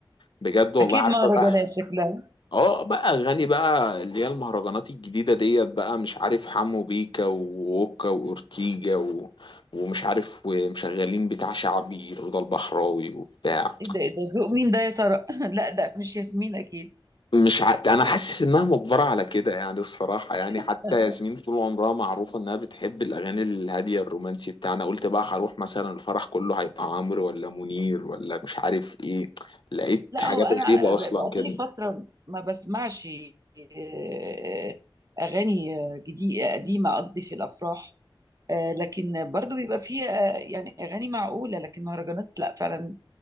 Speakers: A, on the left (about 60°); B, on the right (about 40°).
A: بجد والله
B: اكيد
A: عارفه
B: مهرجانات
A: بقى
B: شكلها
A: اه بقى اغاني بقى اللي هي المهرجانات الجديده ديت بقى مش عارف حمو بيكا ووكا واورتيجا و... ومش عارف ومشغلين بتاع شعبي رضا البحراوي وبتاع
B: ايه ده إيه ده ذوق مين ده يا ترى <laughs> لا ده مش ياسمين اكيد
A: مش ع... انا حاسس انها مجبره على كده يعني الصراحه يعني حتى
B: <laughs>
A: ياسمين طول عمرها معروفه انها بتحب الاغاني الهاديه الرومانسي بتاعنا قلت بقى هروح مثلا الفرح كله هيبقى عمرو ولا منير ولا مش عارف ايه لقيت
B: لا
A: حاجات
B: هو انا
A: غريبه
B: ب-
A: اصلا
B: بقالي
A: كده
B: فتره ما بسمعش آه، اغاني جديده قديمه قصدي في الافراح آه، لكن برضو بيبقى فيه آه، يعني اغاني معقوله لكن مهرجانات لا فعلا